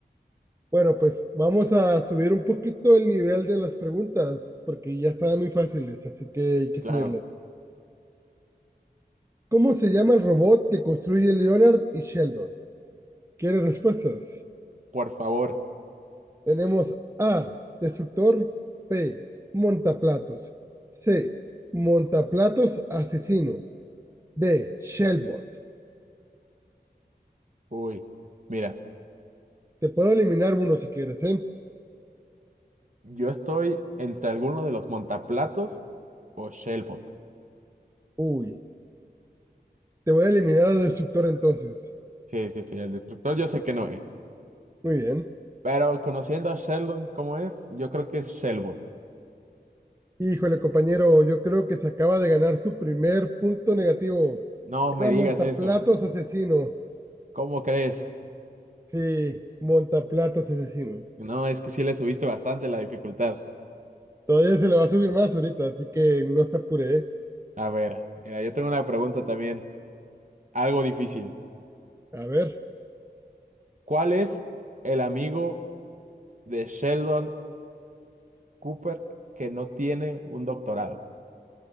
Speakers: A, on the right; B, on the right.
A: Bueno, pues vamos a subir un poquito el nivel de las preguntas, porque ya estaban muy fáciles, así que hay que
B: Claro,
A: subirle. ¿Cómo se llama el robot que construye Leonard y Sheldon? ¿Quiere respuestas?
B: por favor.
A: Tenemos A, destructor, B, montaplatos, C, montaplatos asesino, D, Shellbot.
B: Uy, mira,
A: Te puedo eliminar uno si quieres, ¿eh?
B: yo estoy entre alguno de los montaplatos o Shellbot.
A: Uy, te voy a eliminar al destructor entonces.
B: Sí, sí, sí, el destructor yo sé que no es.
A: Muy bien.
B: Pero conociendo a Sheldon cómo es, yo creo que es Shellbot.
A: Híjole, compañero, yo creo que se acaba de ganar su primer punto negativo.
B: No
A: Era
B: me digas
A: Montaplatos
B: eso.
A: Asesino.
B: ¿Cómo crees?
A: Sí, Montaplatos Asesino.
B: No, es que sí le subiste bastante la dificultad.
A: Todavía se le va a subir más ahorita, así que no se apure, ¿eh?
B: A ver, mira, yo tengo una pregunta también, algo difícil.
A: A ver,
B: ¿Cuál es el amigo de Sheldon Cooper que no tiene un doctorado?